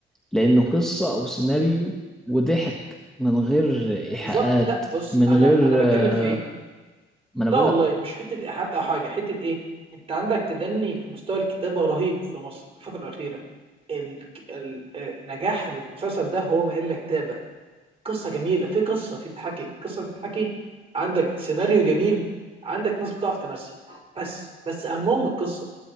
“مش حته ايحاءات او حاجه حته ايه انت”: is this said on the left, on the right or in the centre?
Right